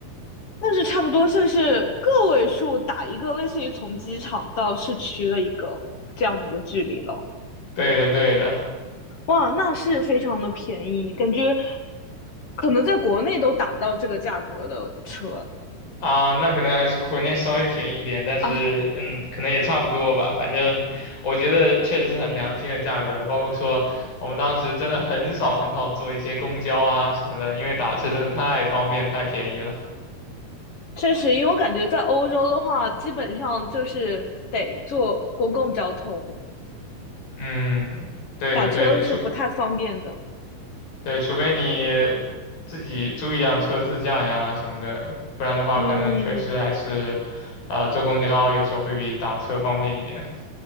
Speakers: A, on the left; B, on the left.
A: 那是差不多算是个位数打一个类似于从机场到市区的一个这样的一个距离了。
B: 对的，对的。
A: 哇，那是非常的便宜，感觉可能在国内都打不到这个价格的车
B: 啊，那可能还是国内稍微便宜一点，但是嗯，
A: 啊。
B: 可能也差不多吧。反正我觉得确实是很良心的价格，包括说我们当时真的很少很少坐一些公交啊什么的，因为打车真的太方便太便宜了。
A: 确实，因为我感觉在欧洲的话，基本上就是得坐公共交通，
B: 嗯，对的对的，
A: 打车是不太方便的。
B: 除对，除非你自己租一辆车自驾呀什么的，不然的话可能确实还是啊，
A: 嗯，
B: 呃坐公交有时候会比打车方便一点。